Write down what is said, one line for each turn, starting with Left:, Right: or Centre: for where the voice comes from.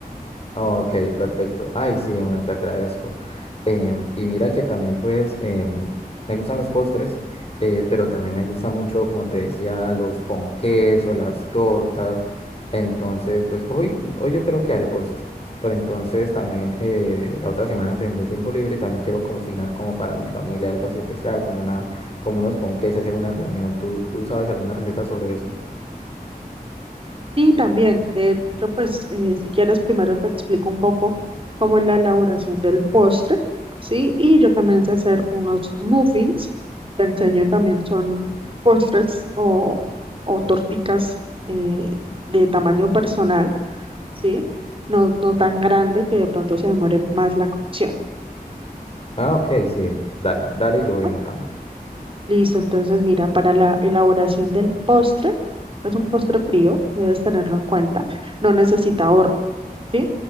Left: Ok, perfecto. Ay, sí, una, te agradezco. Em, y mira que también, pues, em, me gustan los postres, eh, pero también me gusta mucho, como te decía, los ponqués o las tortas. Entonces, pues, hoy, hoy yo creo que haré postre. Pero entonces también eh, la otra semana tendré tiempo libre y también quiero cocinar como para mi familia algo así especial, como una, como unos ponqués, hacer una reunión. ¿Tú, tú sabes alguna receta sobre eso?
Right: Sí, también. De hecho, pues eh, si quieres, primero te explico un poco cómo es la elaboración del postre, ¿sí? Y yo también sé hacer unos muffins. Te enseño también son postres o, o torticas eh, de tamaño personal, ¿sí? No, no tan grande que de pronto se demore más la cocción,
Left: Ah, ok, sí, dale, dale, yo voy
Right: ¿no?
Left: anotando.
Right: Listo, entonces mira, para la elaboración del postre, es un postre frío, debes tenerlo en cuenta, no necesita horno. ¿sí?